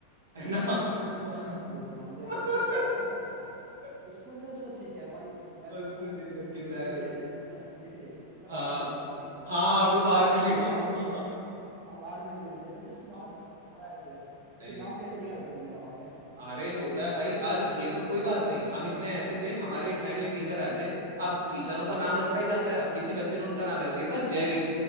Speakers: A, on the right; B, on the right.
A: है ना
B: भाई उसके बारे
A: <laughs>
B: में मत बोलो भाई मैंने जो किया है ना उनके साथ स्कूल में तो चलो ठीक है भाई मैं बोलता
A: उसको
B: था
A: लेकर
B: तुम
A: के
B: तुम
A: बैर
B: लिख
A: होती
B: ले मैम लिख ले मैं
A: हाँ
B: बाहर देखूंगा तुझे <laughs>
A: हाँ तो बाहर
B: मैं
A: मिली
B: बाहर मारा
A: हो
B: हूँ उसे
A: <laughs>
B: हाँ, बाहर मिल तू मुझे मतलब उसे बाहर मारा है उसे
A: नहीं
B: कि नाम कैसे लिखा था तूने मेरा वहां पे
A: अरे होता है भाई और ये तो कोई बात नहीं हम इतने ऐसे थे हमारे एक नए नए टीचर आए थे अब टीचरों का नाम रखा ही जाता है अब किसी बच्चे ने उनका नाम रख दिया था जेरी